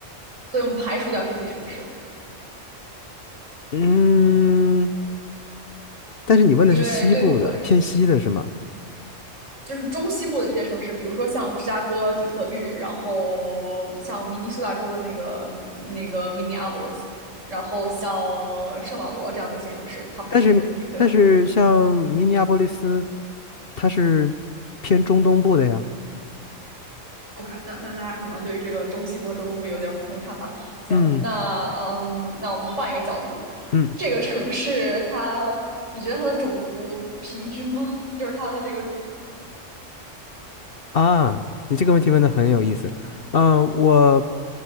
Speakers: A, on the right; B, on the left.
A: 所以我们排除掉这些城市了，
B: 嗯，但是你问的是西部的，
A: 因为对于我来说，
B: 偏西的是吗？
A: 就是中西部的这些城市，比如说像芝加哥、底特律，然后像明尼苏达州的那个那个 Minneapolis，然后像圣保罗这样的一些城市，它不是这些城市，
B: 但是但是像明尼阿波利斯，
A: 对吧？
B: 它是偏中东部的呀。
A: OK，那那大家可能对于这个中西部和中东部有点不同的看法。行，
B: 嗯
A: 那嗯，那我们换一个角度，
B: 嗯
A: 这个城市它，你觉得它的种族平均吗？就是它的这个，
B: 啊，你这个问题问的很有意思。嗯、我